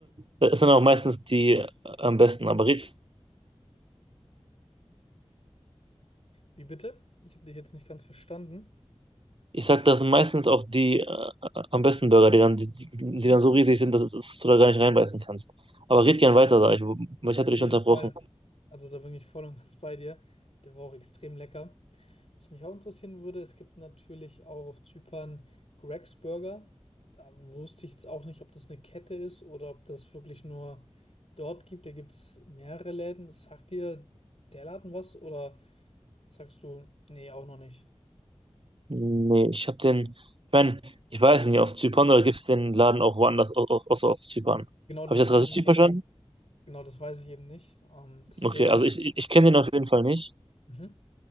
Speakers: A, on the right; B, on the left.
A: das sind auch meistens die äh, am besten, aber red
B: Wie bitte? Ich habe dich jetzt nicht ganz verstanden.
A: Ich sag, das sind meistens auch die äh, am besten Burger, die dann, die, die dann so riesig sind, dass, dass du da gar nicht reinbeißen kannst. Aber red gern weiter, sag ich, wo- ich hatte
B: Auf
A: dich
B: jeden
A: unterbrochen.
B: Fall. Also da bin ich voll und ganz bei dir. Der war auch extrem lecker. Was mich auch interessieren würde, es gibt natürlich auch auf Zypern Greg's Burger. Da wusste ich jetzt auch nicht, ob das eine Kette ist oder ob das wirklich nur dort gibt. Da gibt es mehrere Läden. Sagt dir der Laden was oder sagst du, nee, auch noch nicht?
A: Nee, ich hab den, ich mein, ich weiß nicht, auf Zypern oder gibt's den Laden auch woanders, au- au- außer auf Zypern?
B: Genau
A: Habe
B: das
A: ich das
B: weiß
A: gerade richtig
B: ich eben
A: verstanden?
B: nicht. Genau das weiß ich eben nicht. Ähm, deswegen,
A: Okay, also ich, ich kenne den auf jeden Fall nicht.
B: mhm.